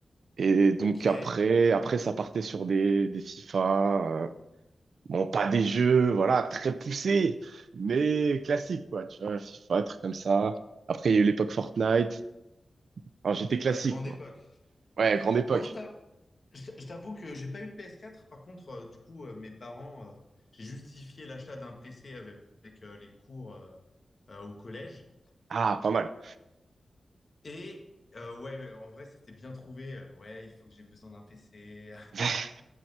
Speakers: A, on the right; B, on the left.
A: Et donc
B: ok,
A: après, après, ça partait sur des, des FIFA. euh, Bon, pas des jeux, voilà, très poussés, mais classiques, quoi. Tu vois, FIFA, un truc comme ça. Après, il y a eu l'époque Fortnite. Enfin, j'étais classique,
B: ouais, grande
A: quoi.
B: époque.
A: Ouais, grande époque.
B: Moi, je t'a- je t'a- je t'avoue que j'ai pas eu de ps quatre. Par contre, euh, du coup, euh, mes parents, euh, j'ai justifié l'achat d'un PC avec, avec, euh, les cours euh, euh, au collège.
A: Ah, pas mal.
B: Et euh, ouais, ouais, en vrai, c'était bien trouvé. euh, ouais, il faut que j'ai besoin d'un PC, <laughs>
A: <laughs>
B: tout ça.